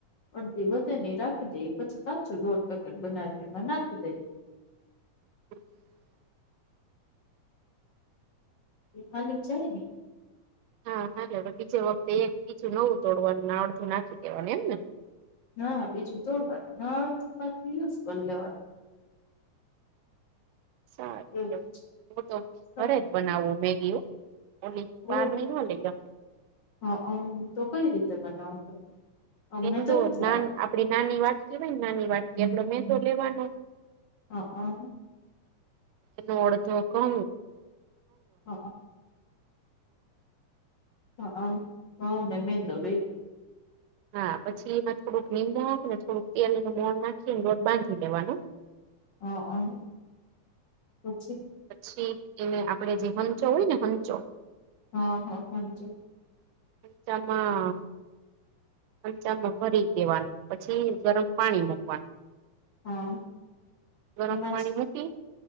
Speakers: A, on the left; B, on the right.
A: અધી વધે નહી. રાખી દઈ પછી કાચું દોઢ પેકેટ બનાવી એમાં નાખી દઈ.
B: <inaudible>
A: હાલી જ જાય ને
B: હા હા! બીજે વખતે એક બીજું નવું તોડવાનું. અડધું નાખી દેવાનું. એમ ને?
A: ના બીજું તોડવાનું. ના અડધ પાછી યુઝ કરી લેવાનું.
B: સારું
A: એવું
B: હું તો
A: છે.
B: ઘરે જ બનાવું મેગી હો ઓલી બાર
A: ઓહ
B: ની નહીં લાવું.
A: હા! અમ તો કઈ રીતે બનાવો. અમને
B: મેંદો
A: તો નથી
B: ના
A: આવડતી.
B: આપડી નાની વાટકીવાય ને નાની વાટકી એટલો મેંદો લેવાનો.
A: હ હા!
B: એનું અડધો ધઉ
A: હ હ હ ને મૈદો બેય
B: હા! પછી એમાં થોડુંક નિમક ને થોડુંક તેલનુ મોણ નાખીને લોટ બાંધી લેવાનું.
A: હા હા! પછી?
B: પછી, એને આપડે જે હંચો હોય ને હંચો.
A: હા હા! હંચો.
B: સંચામાં ચમચામાં ભરી દેવાનું. પછી ગરમ પાણી મૂકવાનું.
A: હા
B: ગરમ
A: એમાં
B: પાણી
A: જ
B: મુકી